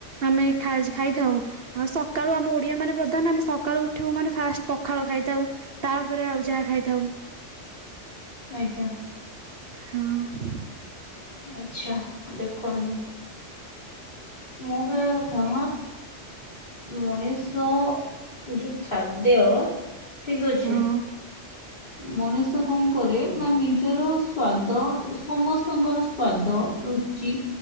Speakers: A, on the right (about 55°); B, on the left (about 45°).
A: ଆମେ ଖାଇସି ଖାଇଥାଉ। ଆଉ ସକାଳୁ ଆମ ଓଡିଆ ମାନେ ପ୍ରଧାନ ଆମେ ସକାଳୁ ଉଠିବ ମାନେ ଫାଷ୍ଟ ପଖାଳ ଖାଇଥାଉ। ତାପରେ ଆଉ ଯାହା ଖାଇଥାଉ।
B: ଆଜ୍ଞା।
A: ହଁ।
B: ଆଚ୍ଛା ଦେଖନ୍ତୁ। ମୁଁ କହିବା କଥା। ମଣିଷ ଯୋଉ ଖାଦ୍ୟ ଠିକ୍ ଅଛି।
A: ହଁ
B: ମଣିଷ କଣ କରେ ନା ନିଜର ସ୍ଵାଦ ସମସ୍ତଙ୍କର ସ୍ଵାଦ ରୁ ଚି